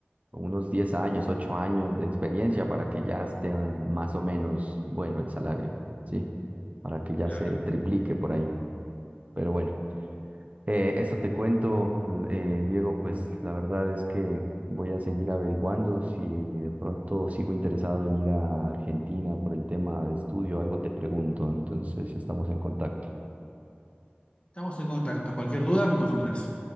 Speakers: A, on the right; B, on the left.
A: unos 10 años, 8 años de experiencia para que ya esté eh, más o menos bueno el salario, ¿sí? Para que ya
B: Claro.
A: se triplique por ahí. Pero bueno, eh, eso te cuento, eh, Diego, pues la verdad es que voy a seguir averiguando si de pronto sigo interesado en ir a Argentina por el tema de estudio, algo te pregunto, entonces estamos en contacto.
B: Estamos en contacto. Cualquier duda, me consultas.